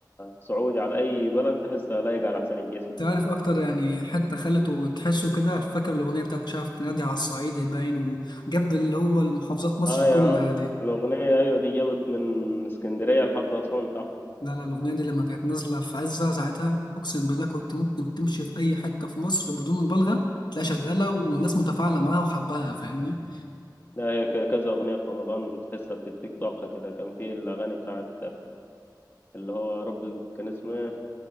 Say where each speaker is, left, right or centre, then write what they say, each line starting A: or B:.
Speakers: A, on the left; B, on the left.
A: سعودي على اي بلد تحسها لايق على حسين الجسمي
B: تعرف اكتر يعني حتى خلته تحسه كده فاكر الاغنيه بتاعت مش عارف تنادي على الصعيد باين وجاب اللي هو المحافظات مصر
A: اه يا
B: كلها
A: عم
B: دي
A: الأغنية أيوة دي جابت من اسكندرية لحد أسوان تحت
B: لا لا الاغنيه دي لما كانت نازله في عزه ساعتها اقسم بالله كنت ممكن تمشي في اي حته في مصر بدون مبالغه تلاقيها شغاله والناس متفاعله معاها وحباها فاهمني
A: لا هي ك- كذا أغنية في رمضان تحسها بتديك طاقة كده كان في الأغاني بتاعت اللي هو يا رب كان اسمه إيه